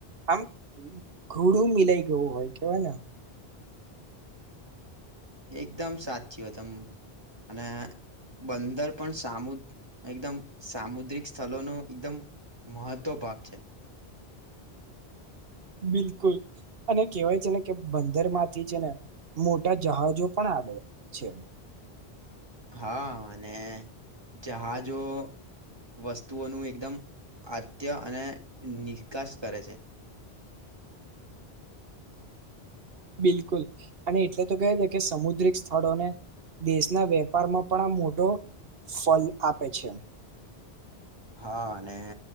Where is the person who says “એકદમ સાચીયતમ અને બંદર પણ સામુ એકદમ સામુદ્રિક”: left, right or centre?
Right